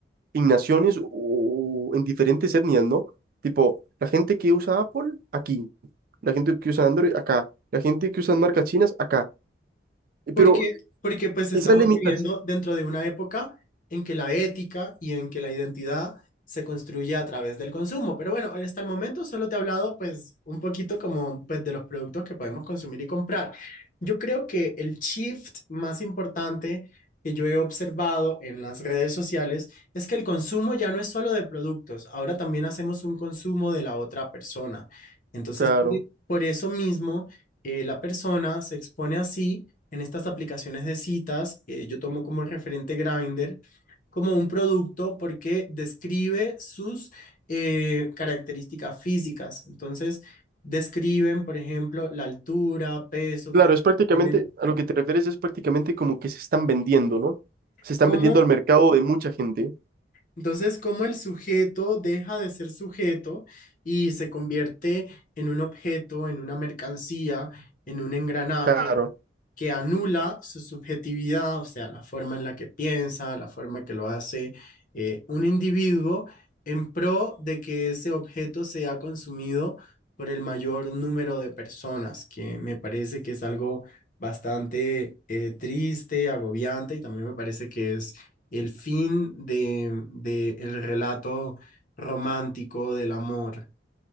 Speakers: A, on the right; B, on the left.
A: en naciones o en diferentes etnias, ¿no? Tipo, la gente que usa Apple, aquí. La gente que usa Android, acá. La gente que usa marcas chinas, acá.
B: Porque,
A: Pero
B: porque pues estamos
A: esas limitación,
B: viviendo dentro de una época en que la ética y en que la identidad se construye a través del consumo. Pero bueno, hoy hasta el momento solo te he hablado pues un poquito como pues de los productos que podemos consumir y comprar. Yo creo que el shift más importante que yo he observado en las redes sociales es que el consumo ya no es solo de productos, ahora también hacemos un consumo de la otra persona. Entonces,
A: claro,
B: por por eso mismo eh, la persona se expone así en estas aplicaciones de citas, eh, yo tomo como referente Grindr, como un producto porque describe sus eh, características físicas. Entonces, describen, por ejemplo, la altura, peso
A: claro,
B: que
A: es prácticamente,
B: tienen,
A: a lo que te refieres es prácticamente como que se están vendiendo, ¿no? Se están
B: cómo,
A: vendiendo al mercado de mucha gente.
B: entonces, cómo el sujeto deja de ser sujeto y se convierte en un objeto, en una mercancía, en un engranaje
A: Claro.
B: que anula su subjetividad, o sea, la forma en la que piensa, la forma que lo hace eh, un individuo, en pro de que ese objeto sea consumido por el mayor número de personas, que me parece que es algo bastante eh, triste, agobiante, y también me parece que es el fin de, de el relato romántico del amor.